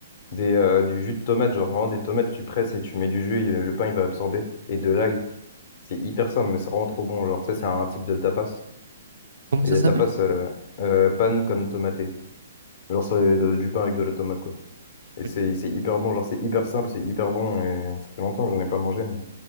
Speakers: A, on the left; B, on the right.
A: Des, euh, du jus de tomate, genre vraiment des tomates, tu presses et tu mets du jus, il- euh, le pain il va absorber. Et de l'ail, c'est hyper simple, mais c'est vraiment trop bon. Genre, ça, c'est un type de tapas.
B: Comment
A: Et
B: ça
A: la
B: s'appelle?
A: tapas, euh, euh, pan con tomate. Genre,
B: Ok,
A: c'est
B: je
A: de- du pain avec de la tomate, quoi. Et
B: connais
A: c'est
B: pas.
A: c'est hyper bon, genre, c'est hyper simple, c'est hyper bon. Et ça fait longtemps que j'en ai pas mangé, mais